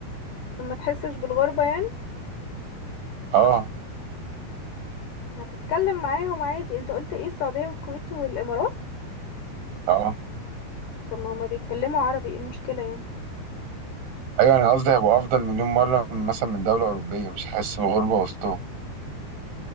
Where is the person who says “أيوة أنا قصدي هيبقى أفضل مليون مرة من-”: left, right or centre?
Right